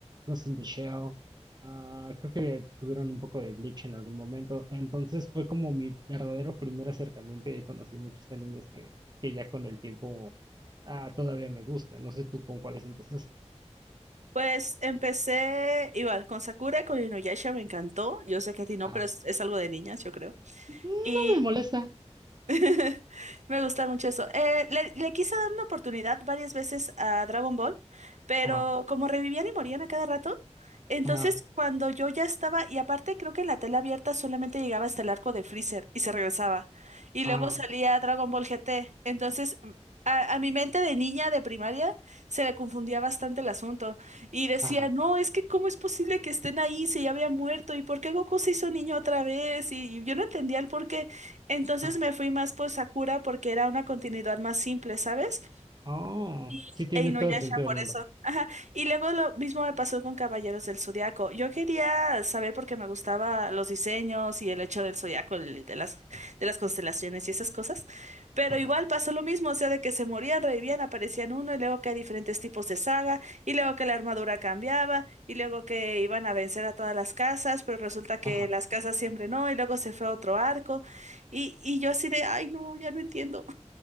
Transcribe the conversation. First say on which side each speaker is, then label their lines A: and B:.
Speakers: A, on the right; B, on the right.
A: Ghost in the Shell. ah, creo que tuvieron un poco de Bleach en algún momento. Entonces fue como mi verdadero primer acercamiento y ahí conocí muchos animes que, que ya con el tiempo ah, todavía me gusta. No sé tú con cuáles empezaste.
B: Pues empecé igual con Sakura, con Inuyasha me encantó. Yo sé que a ti no,
A: Ajá.
B: pero es, es algo de niñas, yo creo.
A: No
B: Y
A: me molesta.
B: <laughs> Me gusta mucho eso. Eh, le, le quise dar una oportunidad varias veces a Dragon Ball, pero
A: Ajá,
B: como revivían y morían a cada rato, entonces
A: ajá,
B: cuando yo ya estaba, y aparte creo que en la tela abierta solamente llegaba hasta el arco de Freezer y se regresaba. Y
A: ajá,
B: luego salía Dragon Ball GT. Entonces, mm, a, a mi mente de niña de primaria se le confundía bastante el asunto. Y decía,
A: ajá,
B: no, es que cómo es posible que estén ahí si ya había muerto, y por qué Goku se hizo niño otra vez, y yo no entendía el porqué entonces
A: ajá.
B: me fui más por Sakura porque era una continuidad más simple, ¿sabes?
A: Oh,
B: Y
A: sí tiene
B: e Inuyasha,
A: todo el sentido
B: por
A: del mundo.
B: eso. Ajá. Y luego lo mismo me pasó con Caballeros del Zodiaco. Yo quería saber porque me gustaba los diseños y el hecho del Zodiaco, el- de las, de las constelaciones y esas cosas. Pero
A: Ajá,
B: igual pasó lo mismo, o sea, de que se morían, revivían, aparecían uno, y luego que hay diferentes tipos de saga, y luego que la armadura cambiaba, y luego que iban a vencer a todas las casas, pero resulta que
A: ajá.
B: las casas siempre no, y luego se fue a otro arco. Y, y yo así de, ay, no, ya no entiendo.